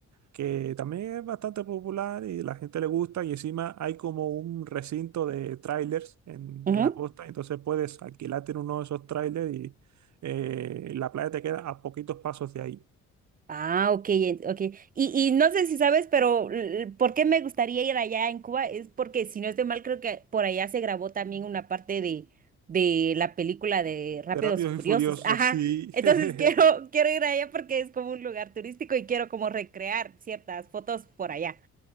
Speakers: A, on the right; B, on the right.
A: que también es bastante popular y la gente le gusta y encima hay como un recinto de trailers en,
B: ujú.
A: en la costa, entonces puedes alquilarte en uno de esos trailers y eh, la playa te queda a poquitos pasos de ahí.
B: Ah, ok, en- ok. Y, y no sé si sabes, pero l- ¿por qué me gustaría ir allá en Cuba? Es porque, si no estoy mal, creo que por allá se grabó también una parte de, de la película de Rápidos
A: De Rápidos
B: y Furiosos.
A: y Furiosos,
B: Ajá.
A: sí.
B: Entonces <laughs> quiero,
A: <laughs>
B: quiero ir allá porque es como un lugar turístico y quiero como recrear ciertas fotos por allá.